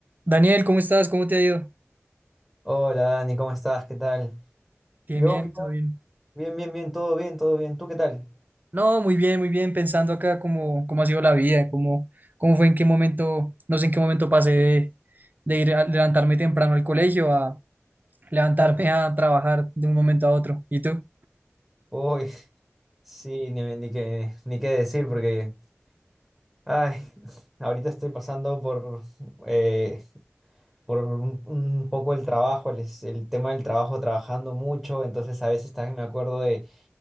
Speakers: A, on the right; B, in the centre.
A: Daniel, ¿cómo estás? ¿Cómo te ha ido?
B: Hola Dani, ¿cómo estás? ¿Qué tal?
A: Bien,
B: Yo
A: bien,
B: vivo
A: todo bien.
B: bien, bien, bien, todo bien, todo bien. ¿Tú qué tal?
A: No, muy bien, muy bien, pensando acá cómo, cómo ha sido la vida, cómo, cómo fue, en qué momento, no sé en qué momento pasé de, de ir a levantarme temprano al colegio a levantarme a trabajar de un momento a otro. ¿Y tú?
B: Uy, <laughs> sí, ni, ni qué, ni qué decir porque, ay, <laughs> ahorita estoy pasando por, eh, por un, un poco el trabajo, el, es- el tema del trabajo, trabajando mucho, entonces a veces también me acuerdo de